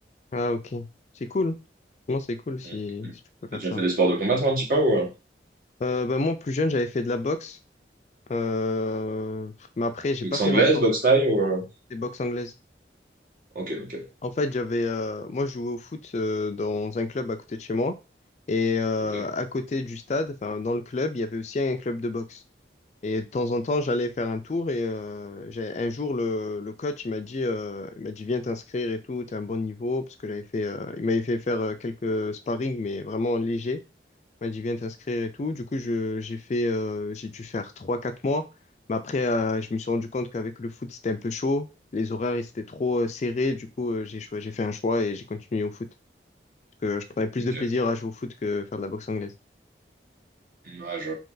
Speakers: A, on the left (about 40°); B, on the right (about 50°).
A: Ah, ok. C'est cool. Non, c'est cool si,
B: Mm, mm.
A: si tu peux faire
B: T'as déjà
A: ça.
B: fait des sports de combat, toi, un petit peu, ou, euh,
A: Euh, bah, moi, plus jeune, j'avais fait de la boxe. Euh, mais après, j'ai
B: boxe
A: pas fait
B: anglaise,
A: longtemps.
B: boxe thaï, ou, euh,
A: Des boxes anglaises.
B: Ok, ok,
A: En fait, j'avais, euh, moi, je jouais au foot euh, dans un club à côté de chez moi. Et euh,
B: ok,
A: à côté du stade, enfin, dans le club, il y avait aussi un club de boxe. Et de temps en temps, j'allais faire un tour et euh, j'ai, un jour, le, le coach, il m'a dit, euh, il m'a dit, viens t'inscrire et tout, t'es à un bon niveau, parce que j'avais fait, euh, il m'avait fait faire euh, quelques sparring, mais vraiment léger. Il m'a dit, viens t'inscrire et tout. Du coup, je, j'ai fait, euh, j'ai dû faire trois quatre mois. Mais après, euh, je me suis rendu compte qu'avec le foot, c'était un peu chaud. Les horaires, ils étaient trop euh, serrés. Du coup, euh, j'ai choi- j'ai fait un choix et j'ai continué au foot. Parce que je prenais plus
B: ok.
A: de plaisir à jouer au foot que faire de la boxe anglaise.
B: Ouais, je-